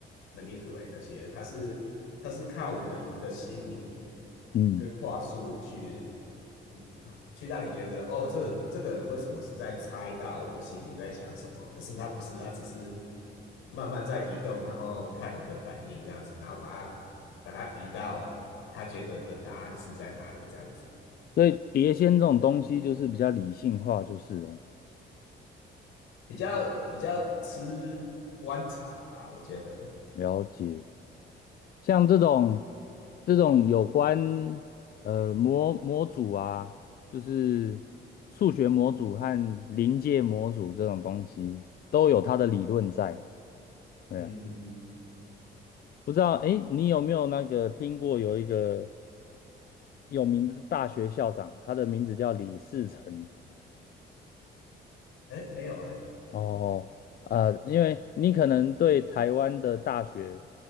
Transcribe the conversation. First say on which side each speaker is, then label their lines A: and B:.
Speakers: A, on the left; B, on the left.
A: manipulate 那些，他是他是靠人的心理
B: 嗯，
A: 跟话术去，嗯，去让你觉得哦，这这个人为什么是在猜到我心里在想什么？可是他不是，他只是慢慢在移动，然后看你的反应这样子，然后把它把它移到他觉得的答案是在哪里这样子。
B: 所以碟仙这种东西就是比较理性化，就是了。
A: 比较比较吃观察吧，我觉得。
B: 了解，像这种这种有关呃模模组啊，就是数学模组和临界模组这种东西，都有它的理论在。对啊。
A: 嗯，
B: 不知道，哎，你有没有那个听过有一个有名的大学校长，他的名字叫李士成。
A: 哎，没有哎，
B: 哦，呃，因为你可能对台湾的大学，